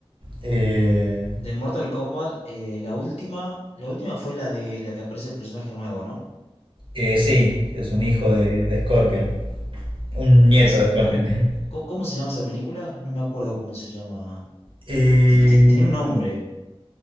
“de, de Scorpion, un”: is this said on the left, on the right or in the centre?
Right